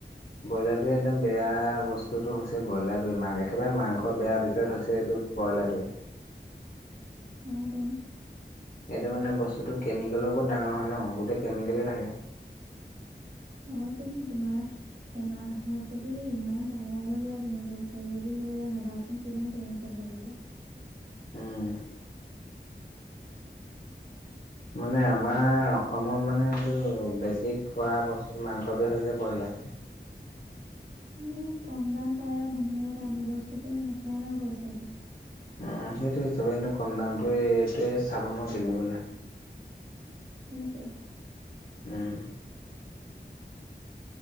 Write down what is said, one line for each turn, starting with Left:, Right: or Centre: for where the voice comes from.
Left: ব্ৰইলাটো এদম বেয়া বস্তুটো হৈছে ব্ৰইলাবেমাৰ একেবাৰে মাংস বেয়া <unintelligible> হৈছে এইটো ব্ৰইলাটোৱে।
Right: অ টোন।
Left: এইটো মানে বস্তুটো কেমিকেলৰ ওপৰত ডাঙৰ হয় ন, গোটেই কেমিকেলে থাকে।
Right: অ টোন তোমাৰ এমাহত যদি ইমান ডাঙৰ হৈ যায় তিনি কেজি, চাৰি কেজি হৈ যায়। ভাবাচো? <unintelligible> কিমান কেমিকেল থাকিব?
Left: উম। মানে আমাৰ অসমত মানে এইটো বেছি খোৱা বস্তু মাংসটোৱে হৈছে বইলা।
Right: মানে কম দাম পায় আও, মানুহে দামী বস্তুটো নেখায় ন পইচা দি।
Left: উম, সেইটোৱে চবে এনেইও কম দামটোৱে এইটোৱে চাব ন কিনিবলে।
Right: সেইটোৱে।
Left: উম।